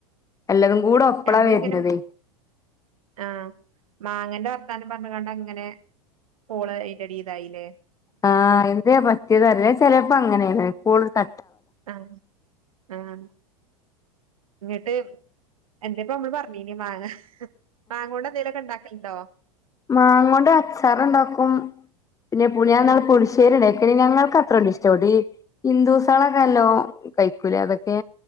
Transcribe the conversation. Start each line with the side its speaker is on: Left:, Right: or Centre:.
Left: എല്ലതും
Right: ഉം
Left: കൂട ഒപ്പളാ
Right: ഞമ്മളിങ്ങനെ
Left: വരുന്നത്
Right: ആഹ് മാങ്ങന്റെ വർത്താനം പറഞ്ഞ കണ്ട അങ്ങനെ കോള് അയിന്റെടി ഇതായില്ലേ
Left: ആഹ് എന്തേ പറ്റിയത അല്ലേ ചെലപ്പോ അങ്ങനെ ഏ കോള് ക
Right: അ അഹ എന്നിട്ട് എന്തിപ്പം നമ്മള് പറഞ്ഞീനി മാങ്ങ മാങ്ങോണ്ട് എന്തേലൊക്കെ ഇണ്ടാക്കലുണ്ടോ
Left: മാങ്ങ കൊണ്ട് അച്ചാറുണ്ടാക്കും പിന്നെ പുളിയാന്നാ
Right: ഏഹ്
Left: പുളിശ്ശേരി വെ ഞങ്ങൾക്ക് അത്രയ്ക്ക് <unintelligible> ഹിന്ദുസെൾ നാലോ കഴിക്കൂലെ അതൊക്കെ